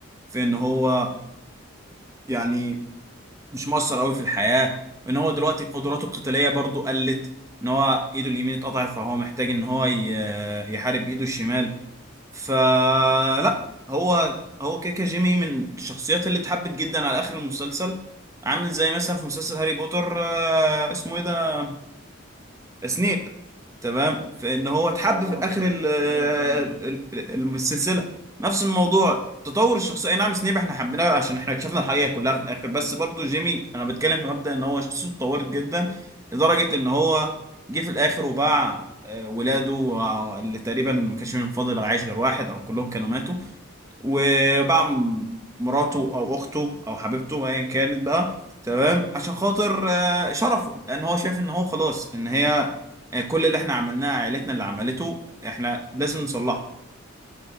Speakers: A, on the right (about 15°); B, in the centre.
A: في ان هو يعني مش مؤثر قوي في الحياة وان هو دلوقتي قدراته القتالية برضو قلت ان هو ايده اليمين اتقطعت فهو محتاج ان هو ي- يحارب بايده الشمال فلا هو هو كيكا جيمي من الشخصيات اللي اتحبت جدا على اخر المسلسل عامل زي مثلا في مسلسل هاري بوتر آه، اسمه ايه ده سنيب تمام فان هو اتحب
B: اه
A: في اخر ال- ال-
B: ايوه فاهمك
A: ال- السلسله نفس الموضوع تطور الشخصيه أي نعم سنيب احنا حبيناه عشان احنا اكتشفنا الحقيقه كلها في الاخر بس برضو جيمي انا بتكلم في مبدا ان هو شخصيته اتطورت جدا لدرجه ان هو جه في الاخر وباع آه، ولاده آه، اللي تقريبا ما كانش منهم فاضل عايش غير واحد او كلهم كانوا ماتوا وباع م- مراته او اخته او حبيبته ايا كانت بقى تمام عشان خاطر آه، شرفه لان هو شايف ان هو خلاص ان هي آه، كل اللي احنا عملناه عائلتنا اللي عملته احنا لازم نصلحه